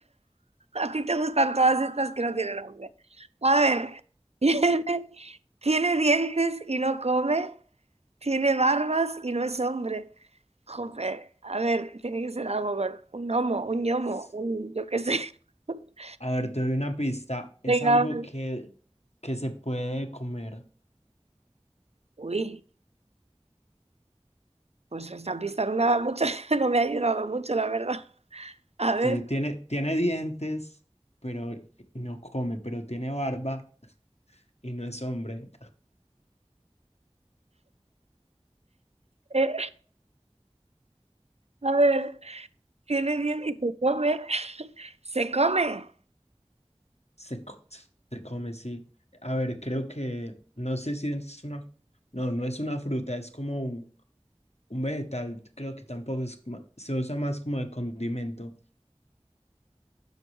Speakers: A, on the right (about 65°); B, on the left (about 70°).
A: A ti te gustan todas estas que no tienen nombre. A ver, <laughs> tiene, tiene dientes y no come, tiene barbas y no es hombre, Jope, a ver, tiene que ser algo con un gnomo, un gnomo,
B: <laughs>
A: un yo qué sé. <laughs>
B: A ver, te doy una pista. Es
A: Venga,
B: algo
A: vale.
B: que, que se puede comer.
A: uy, pues esta pista no me ha dado mucho, <laughs> no me ha ayudado mucho, la verdad. A
B: Sí,
A: ver,
B: tiene, tiene dientes, pero y no come, pero tiene barba y no es hombre.
A: eh, a ver, tiene 10 y se come, se come.
B: Se, co- se come, sí. A ver, creo que, no sé si es una, no, no es una fruta, es como un, un vegetal, creo que tampoco es, ma- se usa más como de condimento.